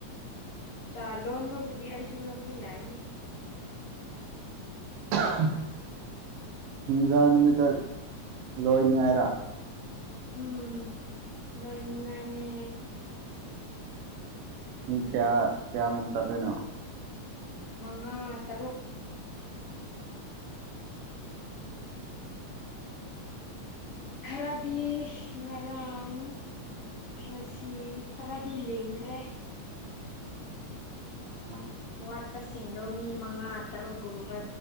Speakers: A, on the left (about 75°); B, on the right (about 85°).
A: ꯥ ꯆꯥ ꯂꯣꯟꯕꯕꯨꯗꯤ ꯑꯩꯁꯨ ꯂꯣꯟꯕ ꯌꯥꯏꯅꯦ
B: ꯨ ꯑꯍꯥ ꯅꯨꯡꯖꯥ ꯅꯨꯃꯤꯠꯇ ꯂꯣꯏꯅꯤꯡꯉꯥꯏꯔ
A: ꯎꯝ ꯂꯣꯏꯅꯤꯡꯉꯥꯏꯅꯦ
B: ꯃꯤ ꯀꯌꯥ ꯀꯌꯥꯃꯨꯛ ꯆꯠꯇꫭꯏꯅꫭ
A: ꯃꯉꯥ ꯇꯔꯨꯛ ꯈꯥꯔꯗꯤ ꯉꯔꯥꯡ ꯉꯁꯤ ꯈꯔꯗꯤ ꯂꯤꯡꯈ꯭ꯔꯦ
B: ꯑ ꯃꯥꯠ
A: ꯋꯥꯠꯄꯁꯤꯡꯗꯣ ꯃꯤ ꯃꯉꯥ ꯇꯔꯨꯛꯒꯨꯝꯕ